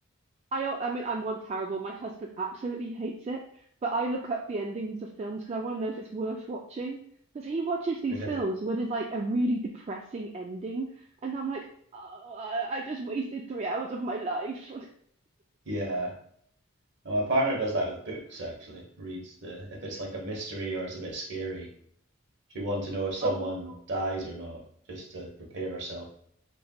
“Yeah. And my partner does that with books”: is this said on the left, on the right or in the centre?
Right